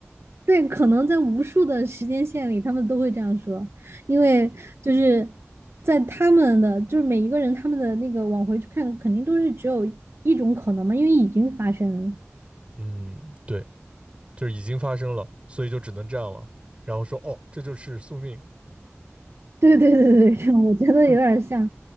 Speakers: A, on the right; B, on the right.
A: 对，可能在无数的时间线里，他们都会这样说，因为就是在他们的就是每一个人他们的那个往回去看，肯定都是只有一种可能嘛，因为已经发生了。
B: 嗯，对，就是已经发生了，所以就只能这样了，然后说，哦，这就是宿命，
A: <laughs> 对对对对对，我觉得有点像，